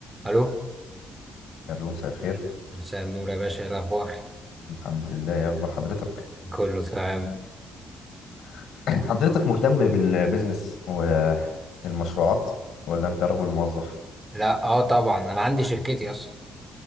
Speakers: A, on the right; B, on the left.
A: الو
B: الو مساء الخير
A: مساء النور يا باشا ايه الاخبار
B: الحمد لله يا اخبار حضرتك
A: كله تمام
B: <clears throat> حضرتك مهتم بالبيزنس والمشروعات ولا انت رجل موظف
A: لا اه طبعا انا عندي شركتي اصلا